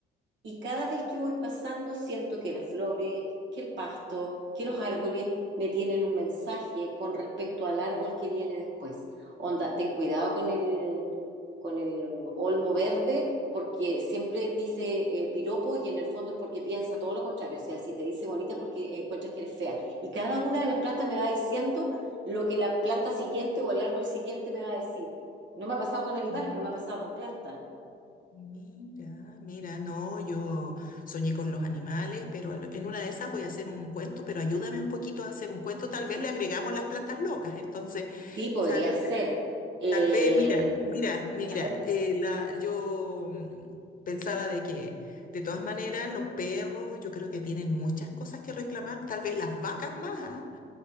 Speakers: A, on the right; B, on the left.
A: Y cada vez que voy pasando siento que las flores, que el pasto, que los árboles me tienen un mensaje con respecto al árbol que viene después. Onda, ten cuidado con el, con el olmo verde porque siempre dice eh, piropo y en el fondo es porque piensa todo lo contrario. O sea, si te dice bonita es porque encuentras que eres fea. Y cada una de las plantas me va diciendo lo que la planta siguiente o el árbol siguiente me va a decir. No me ha pasado con animales,
B: Mm,
A: pero me ha pasado con plantas.
B: Mira, mira, no, yo soñé con los animales, pero al- en una de esas voy a hacer un cuento, pero ayúdame un poquito a hacer un cuento, tal vez le agregamos las plantas locas, entonces,
A: Sí, podría
B: tal,
A: ser.
B: eh,
A: Eh,
B: tal vez, mira, mira, mira,
A: a ver,
B: eh, la, yo mm, pensaba de que, de todas maneras, los perros, yo creo que tienen muchas cosas que reclamar, tal vez las vacas más, ¿ah?